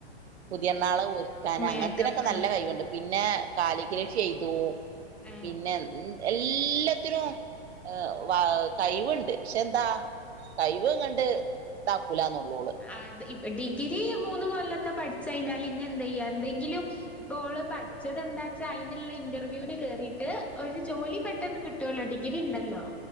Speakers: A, on the right (about 75°); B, in the centre.
A: പുതിയ ണാളെ ഒരുക് ക്കാണ്
B: മേക്കപ്പ്
A: അങ്ങനത്തിനൊക്കെ നല്ല
B: ആ
A: കൈവുണ്ട് പിന്നെ കാലിഗ്രഫി ചെയ്തു
B: ഏ
A: പിന്നെ എല്ലാത്തിനും വ കഴിവുണ്ട് പക്ഷെ എന്താ കഴിവ് അങ്ങ്ണ്ട് ത പുലാന്നുള്ളോള്
B: അത് ഇപ് ഡിഗ്രി മൂന്ന് കൊല്ലത്തെ പഠിച്ച് കഴിഞ്ഞാല് ഇങ്ങ എന്ത് ചെയ്യാ എന്തെങ്കിലും ഇപ്പോള് പഠിച്ചത് എന്താച്ചാ അയിനുള്ള ഇന്റർവ്യൂവിന് കേറീട്ട് ഒരു ജോലി പെട്ടെന്ന് കിട് ട്ടോലോ ഡിഗ്രി ഇണ്ടല്ലോ